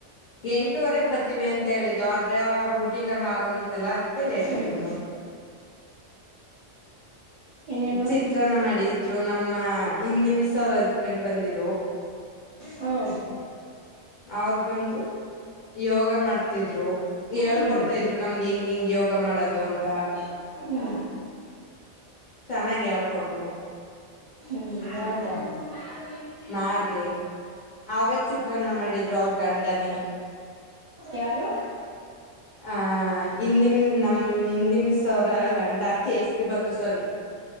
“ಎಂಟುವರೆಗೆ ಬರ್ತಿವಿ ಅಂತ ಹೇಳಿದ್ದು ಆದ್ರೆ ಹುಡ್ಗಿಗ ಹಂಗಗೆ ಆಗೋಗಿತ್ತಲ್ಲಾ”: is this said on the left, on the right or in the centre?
Left